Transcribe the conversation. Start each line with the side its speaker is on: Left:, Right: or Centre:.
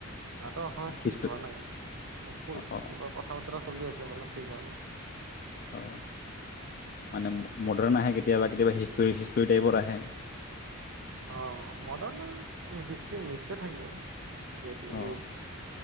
Right: নাটকখনৰ ঠিক
Left: হিষ্ট
Right: হোৱা নাই মোক কৈছে
Left: অ
Right: কথা বতৰা চলি আছে হ'লেও ঠিক হোৱা নাই।
Left: অ', মানে মডাৰ্ণ আহে কেতিয়াবা কেতিয়াবা হিষ্টৰী চিষ্টৰী টাইপৰ আহে।
Right: অ', মডাৰ্ণ আৰু হিষ্ট্ৰি মিক্সয়ে থাকিব। যিহেতু
Left: অ',
Right: ইউথ